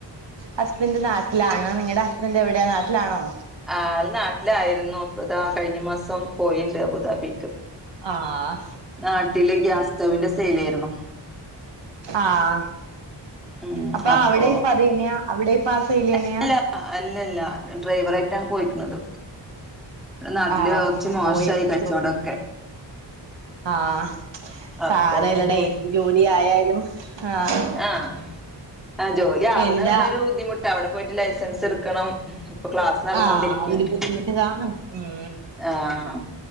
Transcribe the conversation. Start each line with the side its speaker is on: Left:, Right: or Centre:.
Right: ഹസ്ബൻ്റ് നാട്ടിലാണ് നിങ്ങടെ ഹസ്ബൻഡെവിടെയാ നാട്ടിലാണോ
Centre: ആള് നാട്ടിലായിരുന്നു ഇപ്പതാ കഴിഞ്ഞ മാസം പോയിണ്ട് അബുദാബിക്ക്
Right: ആഹ്
Centre: നാട്ടില് ഗ്യാസ് സ്റ്റവിന്റെ സെയിലേരുന്നു
Right: ആഹ്
Centre: ഉം
Right: അപ്പ
Centre: അപ്പൊ
Right: അവിടെ ഇപ്പതെന്നെയാ അവിടെ ഇപ്പ ആഹ് സെയിലെന്നെ
Centre: അല്ല അല്ലല്ല ഡ്രൈവറായിട്ടാണ് പോയിക്ക്ണത് നാട്ടില്
Right: ആഹ്
Centre: കൊർച്ച് മോശായി
Right: ഓ എന്ത്
Centre: കച്ചോടൊക്കെ
Right: ജോ ആഹ്
Centre: അപ്പൊ
Right: സാരയില്ലടെയ്
Centre: ഒന്ന് പോയി
Right: എന്ത് ജോലി ആയാലും ആഹ്
Centre: ആഹ് ആഹ് ജോലി ആവണ
Right: എന്താ
Centre: വരെ ഒരു ബുദ്ധിമുട്ട് അവിടെ പോയിട്ട് ലൈസൻസ് എടുക്കണം ഇപ്പൊ ക്ലാസ് നടന്നോണ്ടിരിക്കയാണ്
Right: ആഹ് ആഹ് ഒരു ബുദ്ധിമുട്ട് കാണും ഉം
Centre: ആഹ്